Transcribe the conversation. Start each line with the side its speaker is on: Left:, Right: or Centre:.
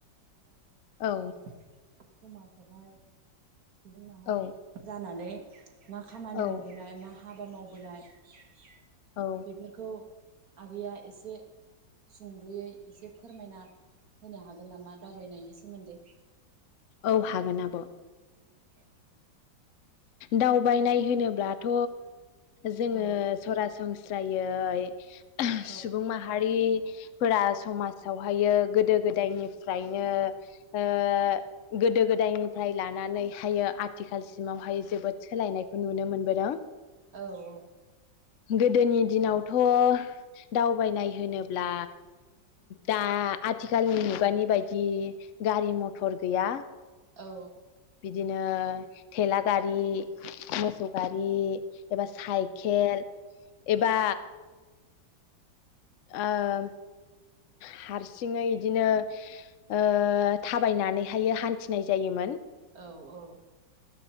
Right: दावबायबोनानै
Left: औ
Right: औ समाजावहाय सुबुं माहारि
Left: औ
Right: जानानै मा खामानि
Left: औ
Right: मावबोनाय मा हाबा मावबोनाय <inaudible>
Left: औ
Right: बेफोरखौ आगैया एसे सुंदुयै एसे फोरमायना होनो हागोन नामा दावबायनायनि सोमोन्दै?
Left: औ हागोन आब'।
Right: अ
Left: दावबायनाय होनोब्लाथ' जोङो
Right: औ
Left: सरासनस्रायै
Right: औ
Left: सुबुं माहारि फोरा समाजावहायो गोदो गोद दाय निफ्रायनो ओ गोदो गोदायनिफ्राय ला नानै हायो आथिखाल सिमावहाय जोबोद सोलायनाय खौ नुनो मोनबोदों।
Right: औ औ
Left: गोदोनि दिनावथ' दावबायनाय होनोब्ला दा आथिखालनि मुगानि बायदि गारि मथर गैया।
Right: औ
Left: दिनो थेला गारि मोसौ गारि एबा साइकेल एबा ओम हारसिङै दिनो ओ थाबायनानैहाय हान्थिनाय जायोमोन।
Right: औ